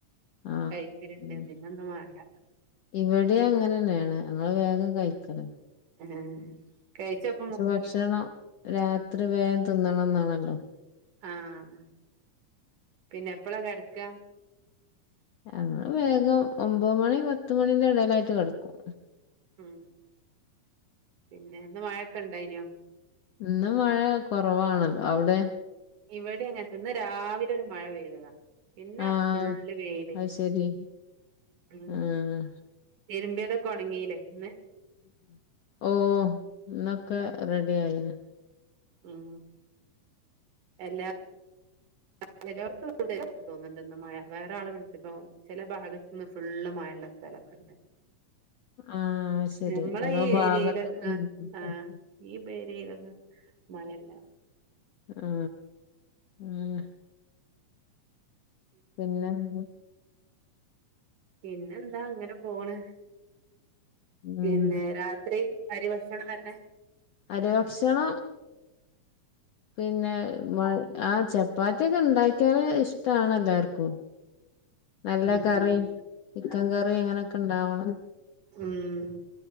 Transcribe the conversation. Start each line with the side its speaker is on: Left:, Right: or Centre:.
Left: ആഹ്
Right: കഴിക്കലുണ്ട്
Left: ഉം
Right: പിന്ന ഒന്നും വേണ്ട
Left: ഇവിടിം അങ്ങനെന്നേണ് ഞങ്ങള് വേഗം കഴിക്കന്
Right: ആ കഴിച്ചപ്പം
Left: ഭക്ഷണം
Right: പോരും
Left: രാത്രി വേഗം തിന്നണംന്നാണല്ലോ
Right: ആഹ പിന്നെ എപ്പളാ കെടക്കാ
Left: ഞങ്ങള് വേഗം ഒമ്പത് മണി പത്ത് മണിന്റെ എടലായിട്ട് കിടക്കും
Right: ഉം പിന്നെന്ന് മഴക്കെ ഇണ്ടായിനോ
Left: ഇന്ന് മഴ കുറവാണ് അവിടെ
Right: ഇവിടെ അങ്ങെനെത്തന്നെ ഇന്ന് രാവിലെ ഒരു മഴ പെയ്തതാ പിന്ന
Left: ആഹ്
Right: ഫുള്ള് വെയില്
Left: അത് ശരി
Right: മ്
Left: ആഹ്
Right: തിരുമ്പിതൊക്കെ ഒണങ്ങീല്ലേ ഇന്ന്
Left: ഓ ഇന്നൊക്കെ റെഡി ആയിന്
Right: ഉം എല്ലാ <unintelligible> തോന്നുന്നുണ്ട് ഇന്ന് മഴ വേറെ ആള് വിളിച്ചപ്പോ ചില ഭാഗത്ത്ന്ന് ഫുള്ള് മഴയുള്ള സ്ഥലൊക്കണ്ട്
Left: ആഹ് ശരി
Right: ഞമ്മളെ
Left: ഓരോ
Right: ഈ
Left: ഭാഗത്ത്ക്ക്
Right: ഏരിയയിലൊക്ക ആ ആഹ് ഈ ബേരിയയിലൊക്കെ മഴല്ല
Left: ആ ആ പിന്നെന്താ
Right: പിന്നെ എന്താ അങ്ങനെ പോണ്. പിന്നെ
Left: ഉം
Right: രാത്രി അരിഭക്ഷണം തന്നെ
Left: അരിഭക്ഷണം പിന്നെ മഴ ആ ചപ്പാത്തിയൊക്കെ ഇണ്ടാക്കിയാല് ഇഷ്ടാണ് എല്ലാർക്കും നല്ല
Right: ഉം
Left: കറി ചിക്കൻ കറി അങ്ങനൊക്കെ ഇണ്ടാവണം
Right: ഉം